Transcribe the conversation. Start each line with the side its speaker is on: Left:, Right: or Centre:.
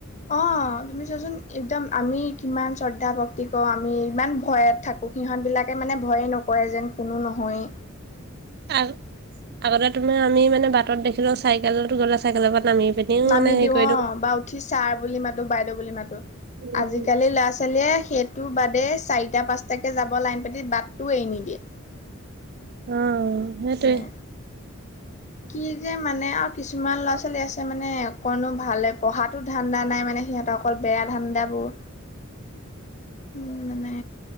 Left: অ', তুমি চোৱাচোন একদম আমি কিমান শ্ৰদ্ধা ভক্তি কৰো আমি ইমান ভয়ত থাকো। সিহঁতবিলাকে মানে ভয়েই নকৰে যেন কোনো নহয়ে।
Right: আ-আগতে তোমাৰ আমি মানে বাটত দেখিলেও চাইকেলত গ'লো চাইকেলৰ পৰা নামি পিনিও
Left: নামি
Right: মানে হেৰি
Left: দিওঁ
Right: কৰি
Left: অ' বা উঠি ছাৰ বুলি মাতো বাইদেউ বুলি মাতো। আজি
Right: উম,
Left: আজিকালি ল'ৰা ছোৱালীয়ে সেইটো বাদে চাৰিটা পাঁচটাকে যাব লাইন পাতি বাটটোও এৰি নিদিয়ে।
Right: উম, সেইটোৱে।
Left: মানে কি যে মানে আৰু কিছুমান ল'ৰা ছোৱালী আছে মানে অকনো ভালে পঢ়াত তো ধান্দা নাই মানে সিহঁত অকল বেয়া ধান্দাবোৰ। উম মানে